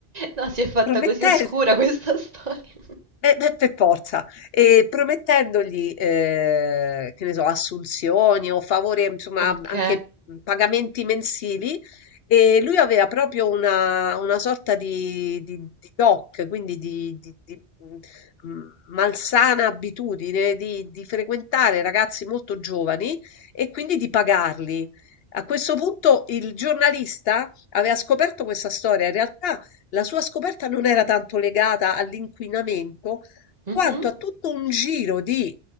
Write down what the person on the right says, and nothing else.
No, si è fatta
così oscura questa <laughs> storia.
Ok.
Mhm.